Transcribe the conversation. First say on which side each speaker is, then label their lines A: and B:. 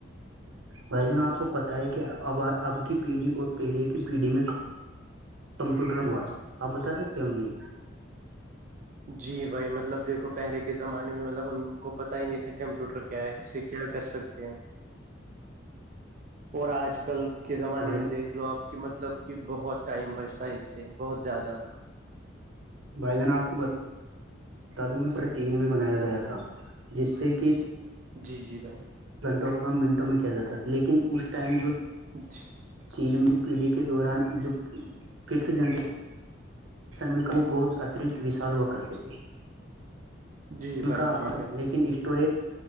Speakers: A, on the right; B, on the right.
A: بھائی جان آپ کو پت ہے کہ اب اب کی پیڑھی اور پہلے کی پیڑھی میں کمپیوٹر ہوا ہے آپ بتا سکتے ہو یہ
B: جی بھائی مطلب دیکھو پہلے کے زمانے میں مطلب ان کو پتاہ ہی نہیں تھا کمپیوٹر کیا ہے اس سے کیا کر سکتے ہیں اور آج کل کے زمانے
A: بھائی
B: میں دیکھ لو آپ کہ مطلب کہ بہت ٹائم بچتا ہے اس سے بہت زیادہ
A: بھائی جان آپ کو بتا دوں میں پورے ٹیم میں بنایا گیا تھا جس سے کہ
B: جی جی بھائی
A: گھنٹوں کا کام منٹوں میں کیا جاتا تھا لیکن اس ٹائم جو
B: جی
A: <inaudible> پی ڈی کے دوران جو ففتھ جنریش میں وہ بہت اترکت وشال ہوا کرتے تھے
B: جی بھائی
A: ان کا آکڑا
B: جی بھائی
A: لیکن اسٹوریج